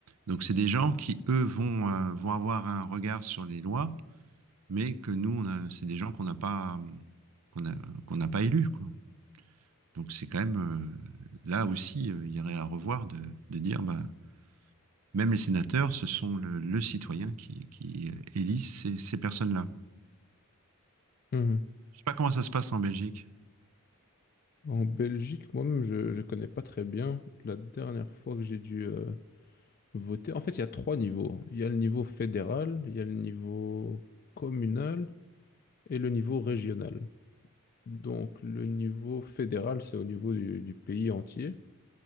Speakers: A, on the right; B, on the left.
A: Donc, c'est des gens qui, eux, vont, euh, vont avoir un regard sur les lois, mais que nous, on a- c'est des gens qu'on n'a pas, qu'on a- qu'on n'a pas élus, quoi. Donc, c'est quand même, euh, là aussi, euh, il y aurait à revoir de, de dire, bah, même les sénateurs, ce sont le, le citoyen qui, qui euh, élit ces, ces personnes-là.
B: Mhm.
A: Je ne sais pas comment ça se passe en Belgique.
B: En Belgique, moi-même, je ne connais pas très bien. La dernière fois que j'ai dû euh, voter, en fait, il y a trois niveaux. Il y a le niveau fédéral, il y a le niveau communal et le niveau régional. Donc le niveau fédéral, c'est au niveau du, du pays entier.